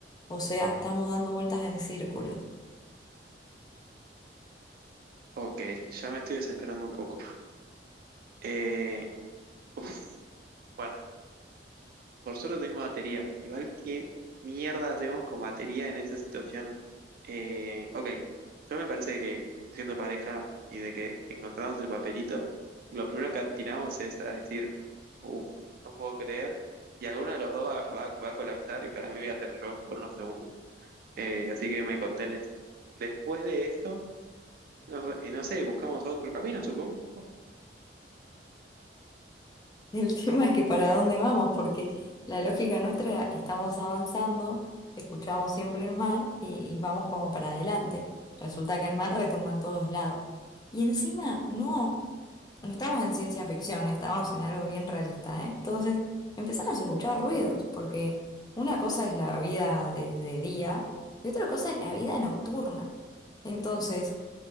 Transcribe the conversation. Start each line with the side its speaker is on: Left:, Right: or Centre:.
Left: o sea, estamos dando vueltas en círculo.
Right: Ok, ya me estoy desesperando un poco. Eh, uf, bueno. Por suerte tengo batería. Igual qué mierda hacemos con batería en esa situación. Eh, ok, yo me parece que siendo pareja y de que encontramos el papelito, lo primero que atinamos es a decir, uff, no puedo creer, y alguno de los dos va, va- va a colapsar y para mí voy a ser yo por unos segundos. Eh, así que me contenés. Después de eso, no, eh, no sé, buscamos otro camino, supongo.
Left: <laughs> El tema es que para dónde vamos, porque la lógica nuestra era, estamos avanzando, escuchamos siempre el mar y, y vamos como para adelante. Resulta que el mar retumba en todos lados. Y encima, no, no estamos en ciencia ficción, estamos en algo bien realista, ¿eh? Entonces empezamos a escuchar ruidos, porque una cosa es la vida de, de día y otra cosa es la vida nocturna. Entonces,